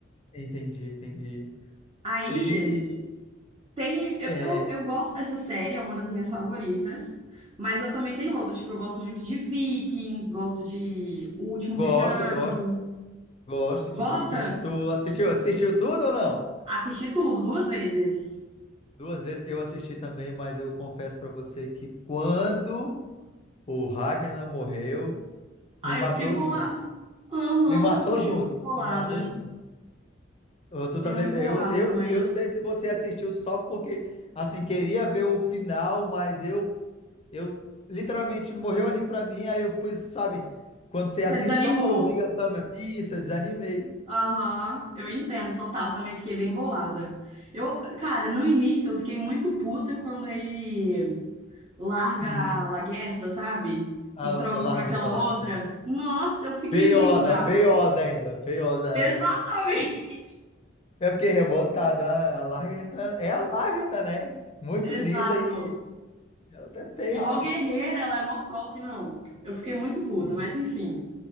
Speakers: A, on the left; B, on the right.
A: Entendi, entendi.
B: Aí
A: E,
B: tem. Eu,
A: é
B: eu, eu gosto dessa série, é uma das minhas favoritas. Mas eu também tenho outras, tipo, eu gosto muito de Vikings, gosto de O Último
A: gosto,
B: Reinado.
A: gosto, gosto de
B: Gosta?
A: Vikings. Tu assistiu? Assistiu tudo ou não?
B: Assisti tudo duas vezes.
A: Duas vezes eu assisti também, mas eu confesso pra você que quando o Ragnar morreu,
B: Aí
A: me matou
B: eu fiquei bolada.
A: junto.
B: Aham,
A: Me matou
B: eu fiquei
A: junto.
B: muito bolada.
A: Me matou junto. Eu,
B: Fiquei
A: tu também,
B: muito
A: eu,
B: bolada
A: eu,
B: também.
A: eu não sei se você assistiu só porque, assim, queria ver o final, mas eu Eu literalmente morreu ali pra mim, aí eu fui, sabe, quando você
B: Você
A: assiste
B: desanimou.
A: só por obrigação mesmo. Isso, eu desanimei.
B: Aham, eu entendo, total. Também fiquei bem bolada. Eu, cara, no início eu fiquei muito puta quando ele larga
A: Uhum.
B: a Laguerta, sabe?
A: A,
B: E troca
A: a Larga
B: por aquela
A: está
B: outra.
A: lá. Isso.
B: Nossa, eu fiquei
A: Feiosa,
B: muito brava.
A: feiosa ainda, feiosa,
B: Exatamente.
A: né? Eu fiquei revoltado. A, a Lagertha é a Lagertha, né? Muito
B: <laughs> Exato.
A: linda e ela tá feiosa.
B: E mó guerreira, ela é mó top, não. Eu fiquei muito puta,
A: Sim.
B: mas enfim.